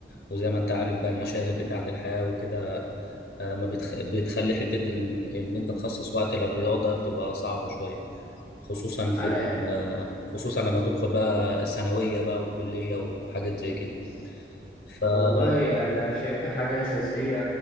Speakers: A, on the left (about 55°); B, on the left (about 20°).
A: وزي ما انت عارف بقى المشاغل بتاعة الحياة وكده آه، ما بتخ... بتخلي حتة ان... ان انت تخصص وقت للرياضة بتبقى صعبة شوية خصوصا في
B: على
A: ال... خصوصا لما تدخل بقى الثانوية بقى وكلية وحاجات زي كده ففعلا
B: والله أنا شايفها حاجة أساسية